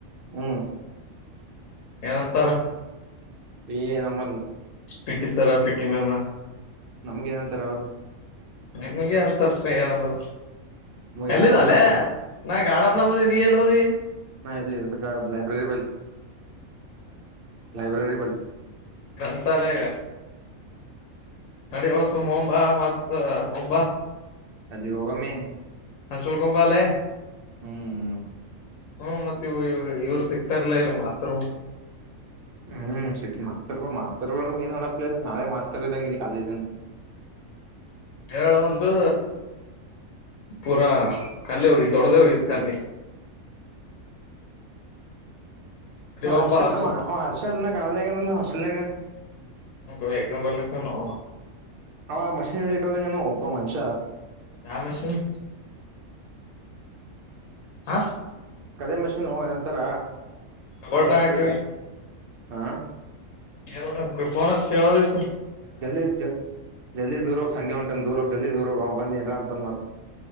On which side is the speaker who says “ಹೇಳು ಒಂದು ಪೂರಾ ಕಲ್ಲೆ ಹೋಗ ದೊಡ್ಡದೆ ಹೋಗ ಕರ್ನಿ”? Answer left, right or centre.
Left